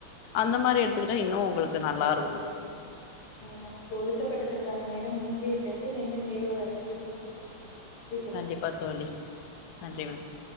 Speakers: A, on the left (about 65°); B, on the left (about 90°).
A: அந்த மாரி எடுத்துக்கிட்டா
B: கண்டிப்பா
A: இன்னு உங்களுக்கு
B: கண்டிப்பா
A: நல்லாருக்கு
B: தோழி நமக்கு ஒதுக்கப்பட்டதற்கான நேரம் முடிந்து விட்டது மீண்டும் வேறு ஒரு அழைப்பில் சந்திப்போம் ப்ரீதோல்
A: கண்டிப்பா தோழி நன்றி வணக்